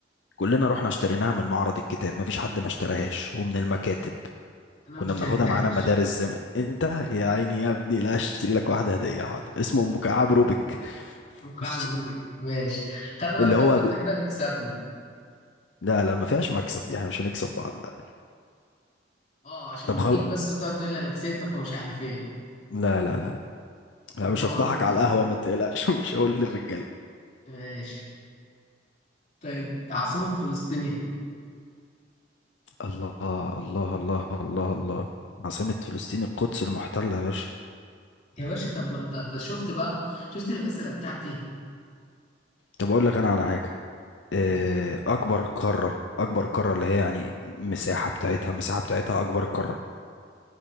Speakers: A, on the left; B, on the left.
A: كلنا رحنا اشتريناها من معرض الكتاب مفيش حد ما اشتراهاش ومن المكاتب
B: انا
A: كنا
B: مش شاركهاش
A: بناخدها معانا مدارس زمان انت يا عيني يا ابني لا اشتري لك واحدة هدية حاضر اسمه مكعب روبيك
B: مكعب
A: <laughs>
B: روبيك ماشي خلي بالك
A: اللي هو
B: اصلا
A: بي...
B: انت كده هتكسبني
A: لا لا ما فيهاش مكسب دي احنا مش هنكسب بعض لا
B: اه عشان
A: طب
B: ما
A: خل...
B: تجيش بس وتقعد تقول لي انا كسبتك ومش عارف ايه
A: لا لا لا لا
B: طب
A: لا، مش
B: بقول
A: هفضحك
B: لك
A: على
B: طيب
A: القهوة ما تقلقش <laughs> مش هقول للرجالة
B: ماشي طيب عاصمة فلسطين ايه؟
A: الله الله الله الله الله عاصمة فلسطين القدس المحتلة يا باشا
B: يا باشا طب ما انت أنت شفت بقى شفت الاسئلة بتاعتي
A: طب أقول لك أنا على حاجة آه،
B: قول
A: أكبر قارة أكبر قارة اللي هي يعني مساحة بتاعتها مساحة بتاعتها أكبر قارة